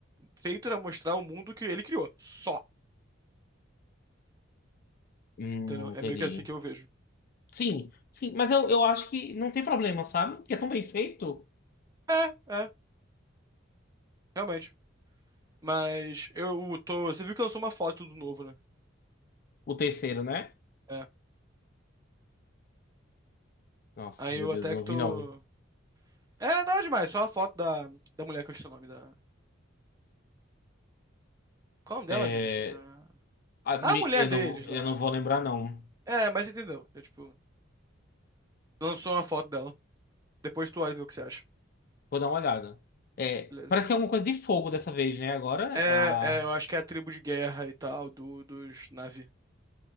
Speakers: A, on the right; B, on the left.
A: feito pra mostrar o mundo que ele criou. Só.
B: hum,
A: Entendeu? É
B: entendi.
A: meio que assim que eu vejo.
B: Sim, sim, mas eu, eu acho que não tem problema, sabe? Porque é tão bem feito
A: É, é, realmente. Mas eu tô. Você viu que lançou uma foto do novo, né?
B: o terceiro, né?
A: É.
B: Nossa,
A: Aí
B: meu
A: eu
B: Deus,
A: até
B: eu
A: que
B: não
A: tô.
B: vi não.
A: É, nada demais, só a foto da, da mulher que eu esqueci o nome da. Qual é o nome dela,
B: É,
A: gente? A...
B: a-
A: a
B: me-
A: mulher
B: eu
A: deles
B: não, vou-
A: lá.
B: eu não vou lembrar não.
A: É, mas entendeu. É, tipo, lançou uma foto dela. Depois tu olha e vê o que você acha.
B: Vou dar uma olhada. É,
A: Beleza.
B: parece que é alguma coisa de fogo dessa vez, né? Agora,
A: É,
B: ah,
A: é, eu acho que é a tribo de guerra e tal, do, dos Na'vi.